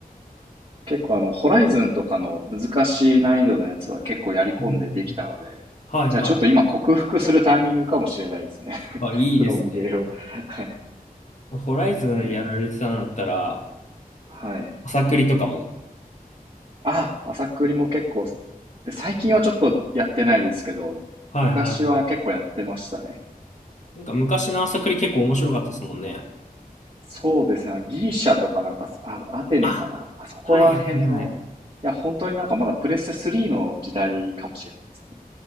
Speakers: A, on the right; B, on the left.
A: 結構あの、ホライズンとかの難しい難易度のやつは結構やり込んでできたので、
B: うんはいはい。
A: じゃあちょっと今克服するタイミングかもしれないですね。<laughs>
B: あ、いいですね。
A: フロムゲーを。はい。
B: ホライズンやられてたんだったら、
A: ええ、はい。
B: 朝栗とかも。
A: あ、朝栗も結構、最近はちょっとやってないですけど、
B: はいはい。
A: 昔は結構やってましたね。
B: なんか昔の朝栗結構面白かったですもんね。
A: そうですね。ギリシャとかなんか、あ、アテネかな。
B: あ、
A: あそこら辺の、
B: はいはいはい。
A: いや、本当になんかまだプレステ3の時代かもしれないですね。